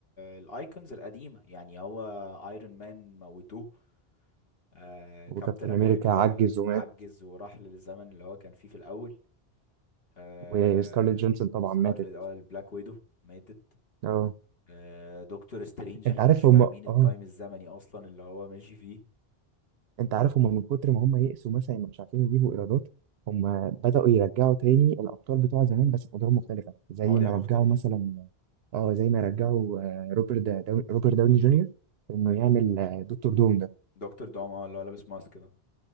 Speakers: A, on the left (about 65°); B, on the right (about 75°).
A: الايكونز القديمه يعني هو ايرون مان موتوه آه
B: وكابتن
A: كابتن امريكا
B: امريكا عجز ومات
A: عجز وراح للزمن اللي هو كان فيه في الاول آه
B: وسكارليت جونسون طبعا
A: سكارلت
B: ماتت
A: اه البلاك ويدو ماتت
B: اه
A: آه دكتور سترينج
B: انت
A: احنا
B: عارف
A: مش فاهمين
B: هم
A: التايم
B: اه
A: الزمني اصلا اللي هو ماشي فيه
B: انت عارف هم من كتر ما هم يئسوا مثلا مش عارفين يجيبوا ايرادات هم بدأوا يرجعوا تاني الابطال بتوع زمان بس بأدوار مختلفة زي
A: مواضيع
B: ما
A: مختلفه
B: رجعوا مثلا اه زي ما رجعوا آه، روبرت دا داون روبرت داوني جونيور انه يعمل آه، دكتور دوم ده
A: دكتور دوم اه اللي هو لابس ماسك ده